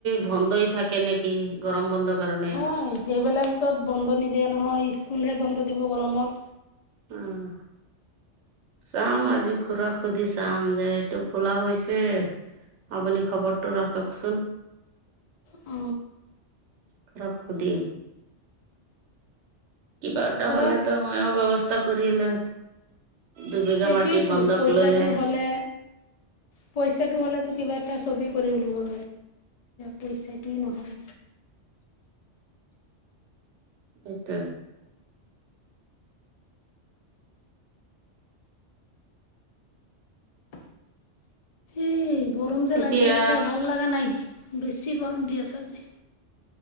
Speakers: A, on the right; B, on the left.
A: বন্ধই থাকে নে কি গৰম বন্ধৰ কাৰণে।
B: হয় সেইবিলাক ত বন্ধ নিদিয়ে নহয় স্কুলহে বন্ধ দিব গৰমত।
A: উম, চাম আজি খুৰা খুধি চাম যে এইটো খোলা হৈছে! আপুনি খবৰটো ৰাখকচোন।
B: অ,
A: খুৰাক খুদিম। কিবা এটা
B: চোৱা
A: হলেতো মই ব্যৱস্থা কৰিলে দুবিঘা
B: সেইটোৱেতো
A: মাটি বন্ধ
B: পইচাটো
A: কৰি লৈলে।
B: হ'লে পইচাটো হ'লেতো কিবা এটা ছবি কৰি উলিবয়া পইচাটোে নহয়।
A: <inaudible>
B: এই গৰম যে
A: এতিয়া
B: লাগি আছে ভাল লগা নাই বেছি গৰম দি আছে আজি।